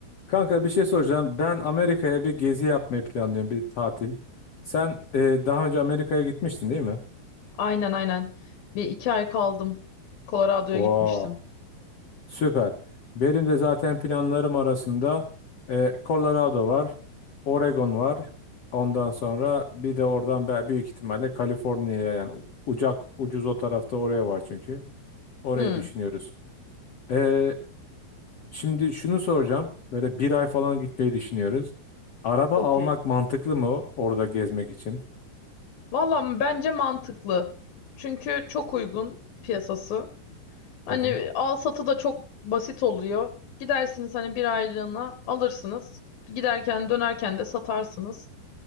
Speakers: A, on the left (about 85°); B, on the left (about 70°).
A: Kanka bir şey soracağım. Ben Amerika'ya bir gezi yapmayı planlıyorum, bir tatil. Sen e, daha önce Amerika'ya gitmiştin değil mi?
B: Aynen aynen. Bir iki ay kaldım. Colorado'ya
A: Oo,
B: gitmiştim.
A: süper. Benim de zaten planlarım arasında e, Colorado var, Oregon var. Ondan sonra bir de oradan ben büyük ihtimalle Kaliforniya'ya yani u- ucak ucuz o tarafta oraya var çünkü. Orayı
B: Hmm.
A: düşünüyoruz. E, şimdi şunu soracağım. Böyle bir ay falan gitmeyi düşünüyoruz. Araba
B: Çok
A: almak
B: iyi.
A: mantıklı mı orada gezmek için?
B: Valla bence mantıklı. Çünkü çok uygun piyasası. Hani
A: Hı hı.
B: al satı da çok basit oluyor. Gidersiniz hani bir aylığına alırsınız. Giderken dönerken de satarsınız.